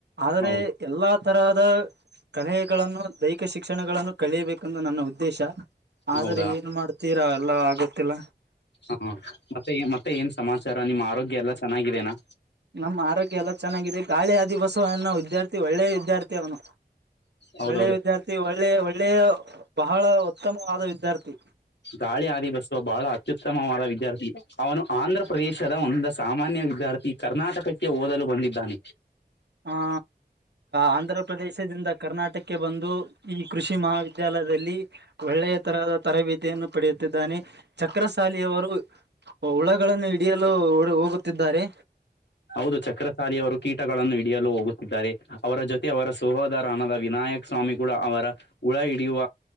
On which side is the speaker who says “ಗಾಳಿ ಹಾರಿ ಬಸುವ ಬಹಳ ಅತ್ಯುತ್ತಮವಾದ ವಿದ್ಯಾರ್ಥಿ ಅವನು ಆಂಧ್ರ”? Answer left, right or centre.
Left